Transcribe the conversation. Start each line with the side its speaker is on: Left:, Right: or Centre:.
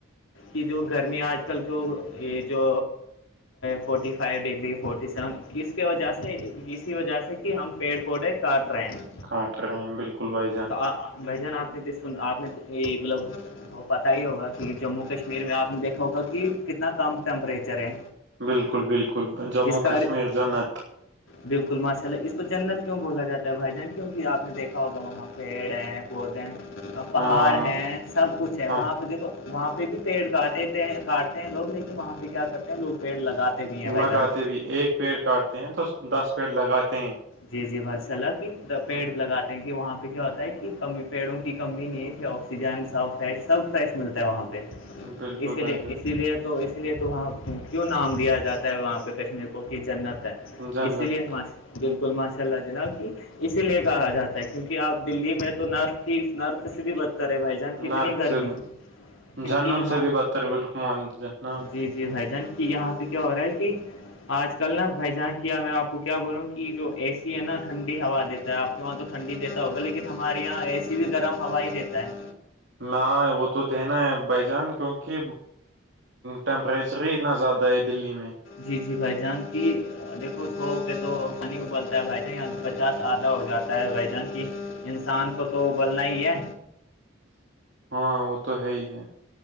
Left: یہ جو گرمیاں آج کل جو یہ جو forty five degree forty seven اس کی وجہ سے اسی وجہ سے ہم پیڑ پودے کاٹ رہے ہیں
Right: کاںٹ بالکل بھائی جان
Left: بھ جان آپ نے آپ نے مطلب وہ پتہ ہی ہوگا کہ جموں کشمیر میں آپ نے دیکھا ہوگا کہ کتنا کم ٹیمپریچر ہے
Right: بالکل بالکل جموں
Left: اس کا
Right: کشمیر جنت
Left: بالکل ماشاء اللہ اس تو جنت کیوں بولا جاتا ہے بھائی جان کیوںکہ آپ نے دیکھا ہوگا وہاں پیڑ ہیں پودے پہاڑ
Right: ہاں
Left: ہیں سب کچھ ہے
Right: ہاں
Left: وہاں پہ دیکھو وہاں پہ بھی پیڑ کاٹےتے ہیں کاٹتے ہیں لوگ لیکن وہاں پہ کیا کرتے ہیں لوگ پیڑ لگاتے نہیں ہے بھائی
Right: لگاتے
Left: جان
Right: بھی ایک پیڑ کاٹتے ہیں تو دس لگاتے ہیں
Left: جی جی بس چلا کہ پیڑ
Right: ہاں،
Left: لگاتے ہیں کہ وہاں پہ کیا ہوتا ہے کہ کمی پیڑوں کی کمی نہیں تھی اور س فریش سب فریش ملتا ہے وہاں پہ
Right: بالکل
Left: اسی لیے
Right: بھائی جان
Left: اسی لیے تو اس لیے تو وہاں کیوں نام لیا جاتا ہے وہاں پہ کشمیر کو کی جنت ہے
Right: جنت
Left: اسی لیے ہماش گل ماشاء اللہ جناب کہ اسی لیے کہا جاتا ہے کیونکہ آپ دلی میں تو نرق ہی نرق سے بھی بدتے بھائی کتنی
Right: نرک
Left: گرمی
Right: سے
Left: کیونکہ
Right: جہنم
Left: یہاں
Right: سے بھی بدتر بالکل مان جناب
Left: جی جی بھائی جان کہ یہاں سے کیا ہو رہا ہے کہ آج کل نا بھائی جان کیا میں آپ کو کیا بولوں کہ کہ جو ا سی ہے نا ٹھنڈی ہوا دیتا ہے آپ کے وہاں تو ٹھنڈی دیتا ہوگا لیکن ہمارے یہاں ا س کسی بھی گرم ہوا ہی دیتا ہے
Right: نہ وہ تو دینا ہے بھائی جان کیونکہ ٹیمپریچر ہی اتنا زیادہ ہے دلی میں
Left: جی جی بھائی جان کی دیکو سو پہ تو پانی ابلتا ہے بھائی ج یہاں پ ا آدھا ہو جاتا ہے بھ جان کی انسان کو تو ابلنا ہی ہے
Right: ہاں وہ تو ہے ہی ہے